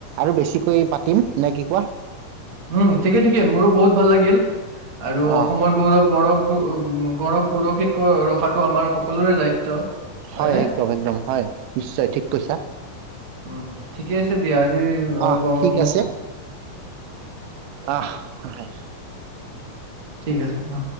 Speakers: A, on the right; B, on the right.
A: আৰু বেছিকৈ পাতিম নে কি কোৱা
B: উম ঠিকে ঠিকে মোৰো বহুত ভাল লাগিল আৰু অসমৰ
A: অ
B: গৌৰৱ গ়ক গ়ৌৰৱ সুৰক্ষিত ৰখাতটো আমাৰ সকলোৰে দায়িত্ব হয়নে
A: হয় একদম একদম হয় নিশ্চয় ঠিক কৈছা
B: উ ঠিকে আছে দিয়া আজি
A: আহ ঠিক
B: মোক
A: আছে আহ হয়
B: ঠিক আছে দিয়া।